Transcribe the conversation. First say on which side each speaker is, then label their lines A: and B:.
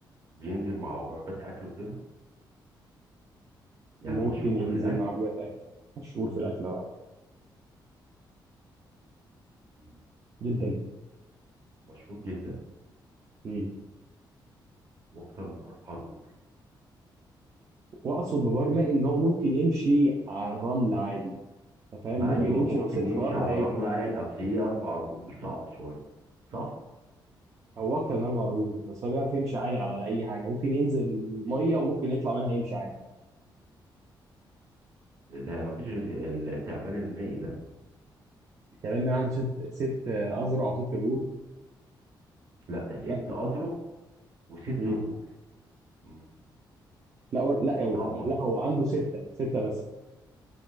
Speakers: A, on the right (about 55°); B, on the right (about 40°).
A: بينزل مع وجبات أكل وكده يعني
B: ممكن
A: مشهور
B: ينزل
A: في الأكل
B: مع وجبات اكل مشهور في الاكل ده
A: مم،
B: جدا
A: مشهور جدا
B: امم
A: وأكتر من أربع رجول
B: واقصد ببرمائي ان هو ممكن يمشي على الرمل عادي انت فاهم
A: أيوه
B: ممكن يمشي
A: ممكن
B: لو سبته
A: يمشي
B: في الارض
A: على
B: هيجري
A: الرملة عادي، أصل إيه أربع رجول صعبة شوية صح؟
B: هو اكتر من اربع رجول بس هو بيعرف يمشي عادي على اي حاجه ممكن ينزل الميه وممكن يطلع منها يمشي عادي
A: ده مفيش غير التعبان المائي ده
B: تمام عنده ست ست آه، اذرع او ست رجول
A: لا
B: لا
A: ست اذرع وست
B: امم
A: رجول مم،
B: لا هو- لا هو
A: صعب اهو
B: لا هو عنده سته سته بس